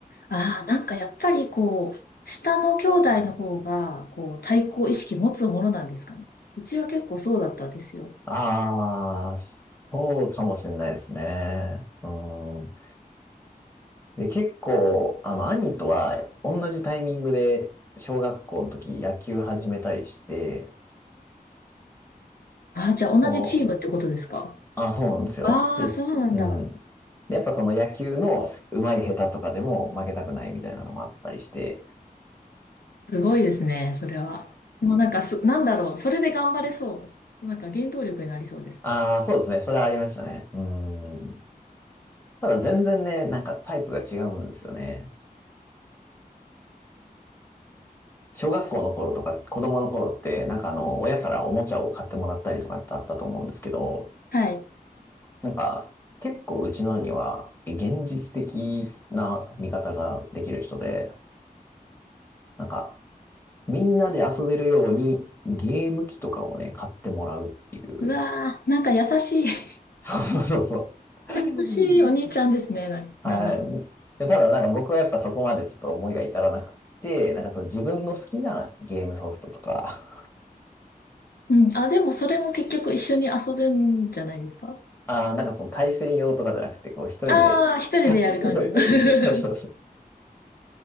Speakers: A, on the left; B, on the left.
A: ああ、なんかやっぱりこう、下の兄弟の方が、こう、対抗意識持つものなんですかね。うちは結構そうだったんですよ。
B: ああ、そうかもしれないですね。うん。で、結構、あの、兄とは同じタイミングで小学校の時野球始めたりして、
A: ああ、じゃあ同じチームってことですか
B: その、あ、そうなんですよ。
A: ああ、
B: で、
A: そうなんだ。
B: うん。で、やっぱその野球の上手い下手とかでも負けたくないみたいなのもあったりして、
A: すごいですね、それは。もうなんかす、なんだろう、それで頑張れそう。なんか原動力になりそうです。
B: ああ、そうですね。それはありましたね。うん。ただ全然ね、なんかタイプが違うんですよね。小学校の頃とか、子供の頃って、なんかあの、親からおもちゃを買ってもらったりとかってあったと思うんですけど、
A: はい。
B: なんか、結構うちの兄は、現実的な見方ができる人で、なんか、みんなで遊べるように、ゲーム機とかをね、買ってもらうっていう。
A: うわー、なんか優しい、<laughs>
B: そうそうそうそう。<laughs>
A: 優しいお兄ちゃんですね。な、
B: はい。
A: なんだろ
B: で、ただなんか僕はやっぱそこまでちょっと思いが至らなくて、なんかそう自分の好きなゲームソフトとか、
A: う。うん。あ、でもそれも結局一緒に遊ぶんじゃないですか。
B: ああ、なんかその対戦用とかじゃなくて、こう一人で
A: ああ、一人でやる感じの。
B: <laughs>
A: <laughs>
B: そうそうそう。